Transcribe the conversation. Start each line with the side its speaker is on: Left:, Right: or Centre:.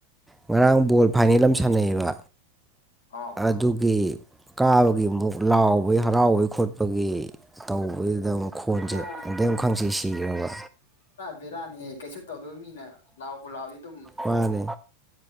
Centre: ꯉꯔꯥꯡ ꯕꯣꯜ ꯐꯥꯏꯅꯦꯜ ꯑꯃ ꯁꯥꯟꯅꯩꯑꯌꯦꯕ
Left: ꯑꯥ
Centre: ꯑꯗꯨꯒꯤ ꯀꯥꯕꯒꯤ ꯑꯃꯨꯛ ꯂꯥꯎꯕꯩ ꯍꯔꯥꯎꯕꯩ ꯈꯣꯠꯄ ꯑꯩꯈꯣꯏꯒꯤ ꯇꯧꯕꯗꯨꯗ ꯑꯃꯨꯛ ꯈꯣꯟꯁꯦ
Left: ꯑꯥ
Centre: ꯑꯩ ꯑꯃꯨꯛ ꯈꯪꯁꯤ ꯁꯤꯈ꯭ꯔꯕ
Left: ꯕꯦꯔꯥꯅꯤ ꯀꯩꯁꯨ ꯇꯧꯗꯕ ꯃꯤꯅ ꯂꯥꯎꯕꯨ ꯂꯥꯎꯔꯗꯤ ꯑꯗꯨꯝ
Centre: ꯃꯥꯅꯦ